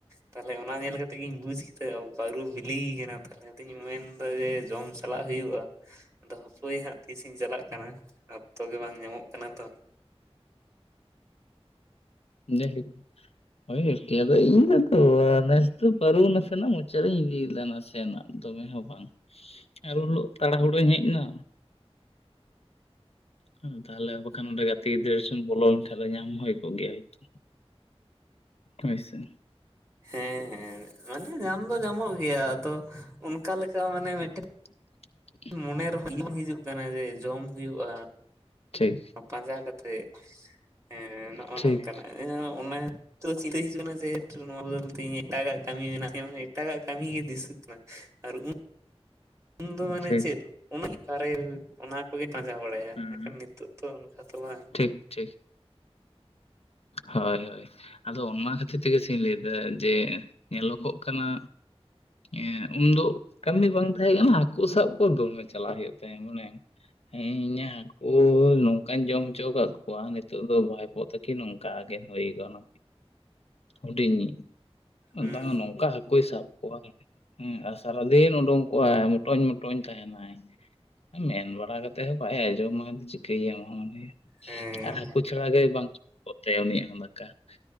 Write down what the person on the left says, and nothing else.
ᱚ ᱡᱟᱭ ᱦᱳᱠ ᱦᱳᱭ ᱟᱫᱚ ᱤᱧ ᱫᱚᱛᱚ ᱱᱮᱥ ᱫᱚ ᱵᱟᱹᱨᱩ ᱱᱟᱥᱮᱱᱟᱜ ᱢᱚᱪᱟᱨᱤᱧ ᱤᱫᱤ ᱞᱮᱫᱟ ᱱᱟᱥᱮᱱᱟᱜ ᱫᱚ ᱢᱮ ᱦᱚᱸ ᱵᱟᱝ ᱟᱨ ᱩᱱ ᱦᱩᱞᱳ ᱜ ᱛᱟᱲᱟᱦᱩᱲᱟᱹᱧ ᱦᱮᱡ ᱱᱟ᱾ ᱦᱮᱸ ᱛᱟᱦᱚᱞᱮ ᱵᱟᱠᱷᱟᱱ ᱚᱸᱰᱮ ᱜᱟᱛᱮ ᱜᱤᱫᱽᱨᱟᱹ ᱥᱮᱱ ᱵᱚᱞᱚ ᱞᱮᱱᱠᱷᱟᱱ ᱫᱚ ᱧᱟᱢ ᱦᱩᱭ ᱠᱚᱜ ᱜᱮᱭᱟ ᱦᱚᱭ ᱛᱚ᱾ ᱦᱳᱭᱥᱮ
<inaudible>
ᱴᱷᱤᱠ
ᱴᱷᱤᱠ
ᱴᱷᱤᱠ
ᱦᱩᱸ
ᱴᱷᱤᱠ ᱴᱷᱤᱠ ᱦᱳᱭ ᱦᱳᱭ ᱟᱫᱚ ᱚᱱᱟ ᱠᱷᱟᱹᱛᱤᱨ ᱛᱮᱜᱮᱥᱮᱧ ᱞᱟᱹᱭᱫᱟ ᱡᱮ ᱧᱮᱞᱚᱜᱚᱜ ᱠᱟᱱᱟ ᱮᱸ ᱩᱱᱫᱚ ᱠᱟᱹᱢᱤ ᱵᱟᱝ ᱛᱟᱦᱮᱸ ᱠᱟᱱᱟ ᱦᱟᱹᱠᱩ ᱥᱟᱵ ᱠᱚ ᱫᱚᱢᱮ ᱪᱟᱞᱟᱜ ᱦᱩᱭᱩᱜ ᱛᱟᱭᱟ ᱢᱚᱱᱮ ᱦᱮᱸ ᱤᱧᱟᱜ ᱦᱟᱹᱠᱩ ᱱᱚᱝᱠᱟᱧ ᱡᱚᱢ ᱚᱪᱚ ᱠᱟᱜ ᱠᱚᱣᱟ ᱱᱤᱛᱚᱜ ᱫᱚ ᱵᱷᱟᱭᱯᱚ ᱛᱟ ᱠᱤ ᱱᱚᱝᱠᱟ ᱠᱤ ᱦᱩᱭ ᱜᱚᱱᱚ ᱦᱩᱰᱤᱧᱤᱡ
ᱫᱟᱝ ᱱᱚᱝᱠᱟ ᱦᱟᱹᱠᱩᱭ ᱥᱟᱵ ᱠᱚᱣᱟ ᱦᱮᱸ ᱟᱥ ᱥᱟᱨᱟᱫᱤᱱ ᱩᱰᱩᱝ ᱠᱚᱜᱼᱟᱭ ᱢᱚᱴᱚᱧ ᱢᱚᱴᱚᱧ ᱛᱟᱦᱮᱱᱟᱭ ᱢᱮᱱ ᱵᱟᱲᱟ ᱠᱟᱛᱮᱜ ᱦᱚᱸ ᱵᱟᱭ ᱟᱸ ᱡᱚᱢᱟᱭ ᱪᱤᱠᱟᱹᱭᱮᱟᱢ ᱦᱚᱸ ᱢᱟᱱᱮ
ᱟᱨ ᱦᱟᱹᱠᱩ ᱪᱷᱟᱲᱟ ᱜᱮ ᱵᱟᱝ ᱠᱚᱜ ᱛᱟᱭ ᱩᱱᱤᱭ ᱦᱚᱸ ᱫᱟᱠᱟ--ᱱ